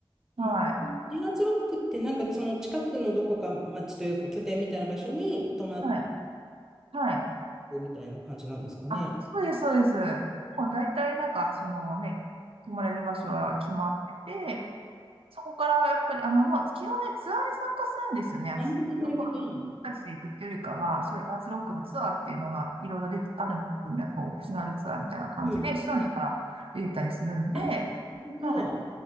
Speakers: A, on the right (about 85°); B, in the centre.
A: はい。
B: エアーズロックってなんかその近くのどこか町というか拠点みたいな場所に泊まっ
A: はい。はい。
B: てみたいな感じなんですかね？
A: あ、そうです、そうです。
B: うん
A: もう大体なんか、そのね、泊まれる場所は決まってて、そこからやっぱり、あの、まあ、基本ね、ツアーに参加するんですよね。
B: なるほどなるほどね。
A: そこはなんか、僕たちで行くっていうよりかは、そういうエアーズロックのツアーっていうのが、いろいろ出て、あるんで、こう、オプショナルツアーみたいな感じで、
B: うん
A: シドニーから出てたりするんで、
B: あなるほど。
A: はい。